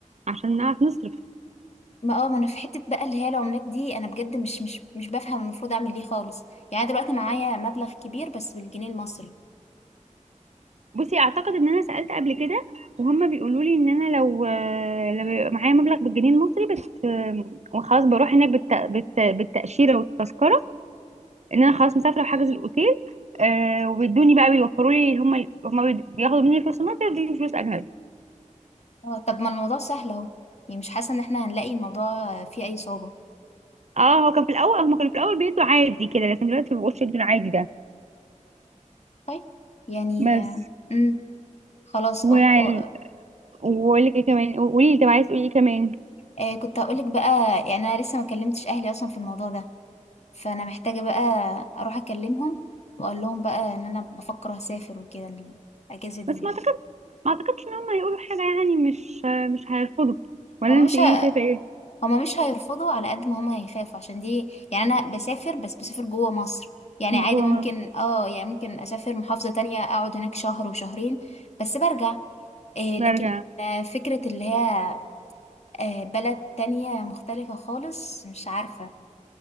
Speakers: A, on the right; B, on the left.
A: عشان نعرف نصرف
B: ما اه ما انا في حته بقى اللي هي العملات دي انا بجد مش مش مش بفهم المفروض اعمل ايه خالص يعني أنا دلوقتي معايا مبلغ كبير بس بالجنيه المصري
A: بصي اعتقد ان انا سالت قبل كده وهما بيقولوا لي ان انا لو لو بيبقى معايا مبلغ بالجنيه المصري بت وخلاص بروح هناك بالت... بالت... بالتاشيره والتذكره ان انا خلاص مسافره وحاجز الاوتيل آه وبيدوني بقى بيوفروا لي هم هم بياخدوا مني فلوس مصر وبيدوني فلوس اجنبي
B: اه طب ما الموضوع سهل اهو يعني مش حاسه ان احنا هنلاقي الموضوع فيه اي صعوبه
A: اه هو كان في الاول هم كانوا في الاول بيدوا عادي كده لكن دلوقتي ما بقوش يدوا العادي ده
B: طيب يعني
A: بس
B: امم خلاص
A: ويعني
B: أو أو
A: واقول لك ايه كمان قولي لي طب عايز تقولي ايه كمان
B: آه كنت هقولك بقى يعني انا لسه ما كلمتش اهلي اصلا في الموضوع ده فانا محتاجة بقى اروح اكلمهم واقول لهم بقى ان انا بفكر اسافر وكده الاجازة دي
A: بس
B: يعني
A: ما اعتقد ما اعتقدش ان هم هيقولوا حاجه يعني مش مش هيرفضوا ولا
B: هما
A: انت
B: مش
A: ايه
B: ه...
A: شايفه ايه
B: هما مش هيرفضوا على قد ما هما هيخافوا عشان دي يعني انا بسافر بس بسافر جوه مصر يعني
A: لما
B: عادي
A: جوه
B: ممكن
A: مصر
B: اه يعني ممكن اسافر محافظة تانية اقعد هناك شهر وشهرين بس برجع إيه
A: برجع
B: لكن آه، فكرة اللي هي آه، بلد تانية مختلفة خالص مش عارفة